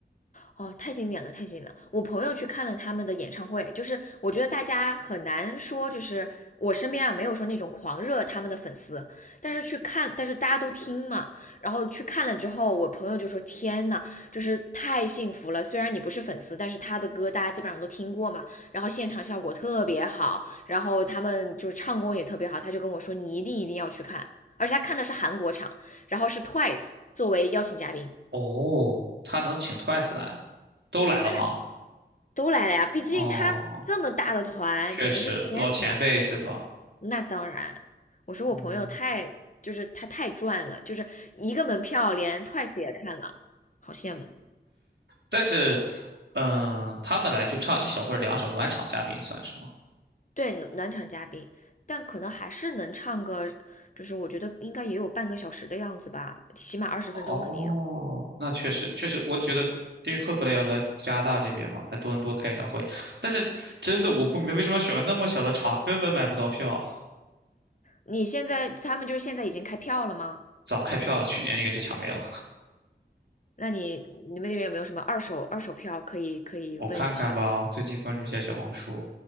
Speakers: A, on the left (about 45°); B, on the right (about 75°).
A: 哦，太经典了，太经典了！我朋友去看了他们的演唱会，就是我觉得大家很难说，就是我身边啊没有说那种狂热他们的粉丝，但是去看，但是大家都听嘛，然后去看了之后，我朋友就说：天呐，就是太幸福了！虽然你不是粉丝，但是他的歌大家基本上都听过嘛，然后现场效果特别好，然后他们就是唱功也特别好，他就跟我说你一定一定要去看，而且他看的是韩国场，然后是 Twice 作为邀请嘉宾，
B: 哦，他能请 Twice 来，都来了吗？
A: 那都来了呀，毕竟他这么大的团，
B: 哦。确实老前辈是吧？
A: 简直是天团。那当然，我说我朋友太，
B: 嗯，
A: 就是他太赚了，就是一个门票连 Twice 也看了，好羡慕。
B: 但是，嗯、他们来就唱一首或者两首暖场嘉宾算是吗？
A: 对，暖场嘉宾，但可能还是能唱个，就是我觉得应该也有半个小时的样子吧，起码二十分钟肯定有。
B: 哦，那确实确实，我觉得因为 c o l p l a y 要来加拿大这边嘛，来多伦多开演唱会，但是真的我不明白为什么要选个那么小的场，根本买不到票，
A: 你现在他们就是现在已经开票了吗？
B: 早开票了，去年应该就抢没了。
A: 那你你们那边有没有什么二手二手票可以可以问一下的？
B: 我看看吧，最近关注一下小红书，